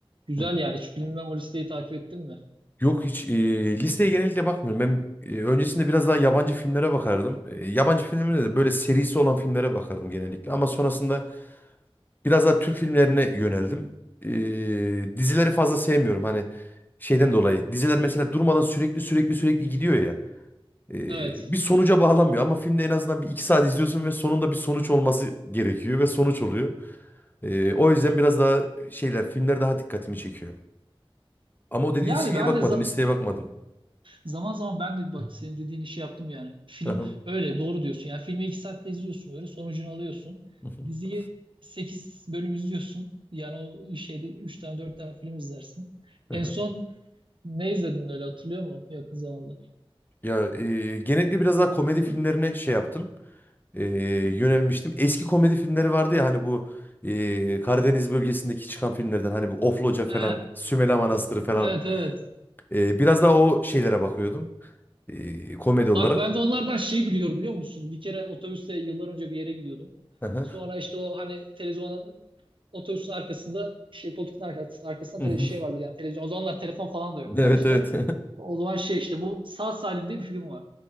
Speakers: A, on the right (about 55°); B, on the left (about 20°).
A: güzel
B: Hı.
A: yani. Hiç bilmem o listeyi takip ettin mi?
B: Yok hiç e, listeye genellikle bakmıyorum. Ben e, öncesinde biraz daha yabancı filmlere bakardım. E, yabancı filmlere de böyle serisi olan filmlere bakardım genellikle. Ama sonrasında biraz daha Türk filmlerine yöneldim. E, dizileri fazla sevmiyorum. Hani şeyden dolayı. Diziler mesela durmadan sürekli sürekli sürekli gidiyor ya. e,
A: Evet.
B: bir sonuca bağlanmıyor ama filmde en azından bir iki saat izliyorsun ve sonunda bir sonuç olması gerekiyor ve sonuç oluyor. E, o yüzden biraz daha şeyler filmler daha dikkatimi çekiyor. Ama o dediğin
A: Yani
B: şeye
A: ben
B: bakmadım,
A: de za-
B: listeye bakmadım.
A: Zaman zaman ben de bak senin dediğin işi yaptım yani. Film
B: Aha, <laughs>
A: öyle doğru diyorsun. Yani filmi 2 saatte izliyorsun böyle sonucunu alıyorsun.
B: aha.
A: Diziyi 8 bölüm izliyorsun. Yani o şeyde 3 tane 4 tane film izlersin.
B: aha.
A: En son ne izledin öyle hatırlıyor musun yakın zamanda?
B: Ya e, genellikle biraz daha komedi filmlerine şey yaptım. E, yönelmiştim. Eski komedi filmleri vardı ya hani bu e, Karadeniz bölgesindeki çıkan filmlerden hani bu Ofloca falan,
A: He,
B: Sümela Manastırı falan.
A: evet evet.
B: E, biraz daha o şeylere bakıyordum. e, komedi olarak.
A: Bak ben de onlardan şey biliyorum biliyor musun? Bir kere otobüste yıllar önce bir yere gidiyordum.
B: Aha.
A: Sonra işte o hani televizyona Otobüsün arkasında şey koltuğun arkasında, arkasında
B: <laughs>
A: tele, şey vardır yani televizyon. O zamanlar telefon falan da yok
B: Evet
A: daha işte.
B: evet.
A: O zaman şey işte bu Sağ Salim diye bir film var.